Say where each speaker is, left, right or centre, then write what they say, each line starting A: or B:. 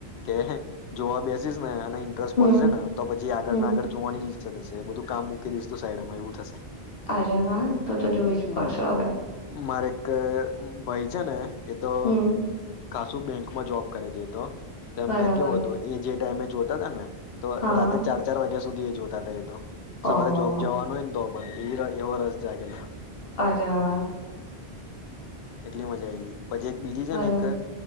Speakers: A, on the left (about 75°); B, on the left (about 60°).
A: કે જોવા બેસીસને ને ઇન્ટરેસ્ટ
B: હમ,
A: પડશે ને તો પછી આગળના
B: હમ.
A: આગળ જોવાની ઈચ્છા થશે. એ બધું કામ મૂકી દઈશ તું સાઈડમાં એવું થશે.
B: અરે વાહ! તો તો જોવી જ
A: હમ્મ
B: પડશે હવે.
A: મારે એક ભાઈ છે ને એ તો
B: હમ,
A: ખાસું બેંકમાં જોબ કરે છે એ તો. તેમને
B: બરાબર.
A: કેવું હતું એ જે ડેમેજ હોતા હતા ને. તો
B: હા.
A: રાતેે ચાર ચાર વાગ્યા સુધી એ જોતા થા એ તો.
B: ઓહોહો!
A: સવારે જોબ જવાનું હોય ને તોબ. <unintelligible> એવો રસ જાયગેલ
B: અરે વા.
A: કેટલી મજા આયલી. પછી એક બીજી છે
B: બરાબર.
A: ને એક